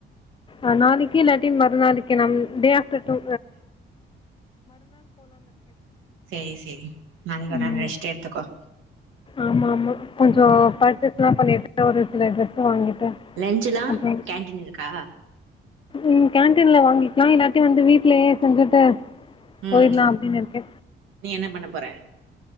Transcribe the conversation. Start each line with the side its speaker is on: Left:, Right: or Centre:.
Left: அ நாளிக்கு இல்லாட்டி மறுநளைக்கு நம் டே ஆஃப்டர் டூ
Right: செரி செரி நாளைக் ஓர்
Left: ம்
Right: நாள் ரெஸ்ட் எடுத்துகோ
Left: ஆமா ஆமா கொஞ்ச பர்ச்சேஸ்ல்லாம் பண்ணிட்டு ஒரு சில ட்ரெஸ்ஸு வாங்கிட்டு
Right: லஞ்சுலா
Left: அப்றோ
Right: கேன்டின் இருக்கா
Left: ம் கேண்ட்டீன்ல வாங்கிக்கலா இல்லாட்டை வந்து வீட்லயே செஞ்சுட்டு
Right: ம்
Left: போயிடலா அப்படின்னு இருக்கே
Right: நீ என்ன பண்ண போற